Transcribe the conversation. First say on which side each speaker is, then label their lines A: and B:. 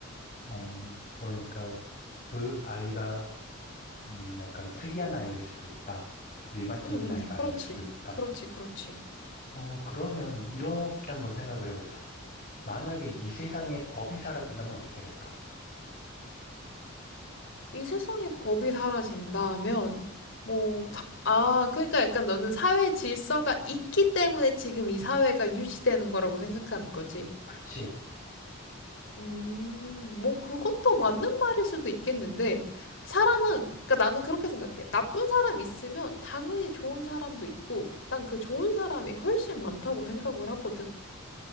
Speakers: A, on the left; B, on the left.
A: 어, 그러니까 그 아이가 음, 약간 특이한 아이일 수도 있다. 일반적인
B: 응, 응,
A: 아이가
B: 그렇지.
A: 아닐 수도 있다.
B: 그렇지, 그렇지.
A: 어, 그러면 이렇게 한번 생각을 해보자. 만약에 이 세상에 법이 사라진다면 어떻게 될까?
B: 이 세상에 법이 사라진다면, 뭐, 다, 아, 그러니까 약간 너는 사회 질서가 있기 때문에 지금 이 사회가 유지되는 거라고 생각하는 거지.
A: 그치?
B: 음, 뭐 그것도 맞는 말일 수도 있겠는데 사람은 그러니까 나는 그렇게 생각해. 나쁜 사람 있으면 당연히 좋은 사람도 있고 난 그 좋은 사람이 훨씬 많다고 생각을 하거든.